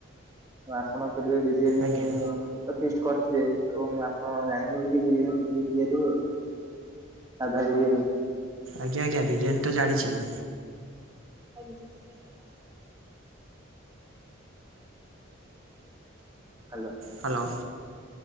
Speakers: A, on the right; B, on the right.
A: ତ ଆପଣ କେବେ ବିରିୟାନୀ
B: ଆଜ୍ଞା।
A: ତ ଫିଷ୍ଟ କରିଥିବେ ଏବଂ ଆପଣ ଜାଣିଛନ୍ତି କି ବିରିୟାନୀ କିମିତି ତିଆରିି ହୁଏ। ସାଧା ବିରିୟାନୀ।
B: ଆଜ୍ଞା ଆଜ୍ଞା ବିରିୟାନି ତ ଜାଣିଛି ମୁଁ।
A: <unintelligible> ହ୍ୟାଲୋ।
B: ହ୍ୟାଲୋ।